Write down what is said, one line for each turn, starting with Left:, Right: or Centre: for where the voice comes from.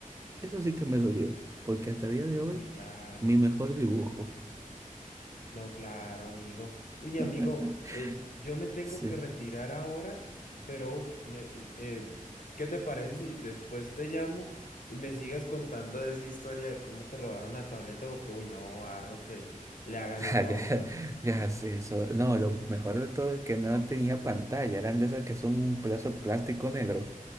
Right: Eso sí que me dolió, porque hasta el día de hoy,
Left: Uy, claro.
Right: mi mejor dibujo.
Left: No, claro, amigo. Uy, amigo,
Right: <laughs>
Left: eh, yo me tengo
Right: Sí.
Left: que retirar ahora, pero uf, me- me- eh, ¿qué te parece si después te llamo y me sigas contando esa historia de cómo te robaron la tableta? Porque, uy, no, barro, que le hagan
Right: <laughs>
Left: eso a uno.
Right: Ya, ya, sí, eso. No, lo mejor de todo es que no tenía pantalla, eran de esas que son un pedazo de plástico negro.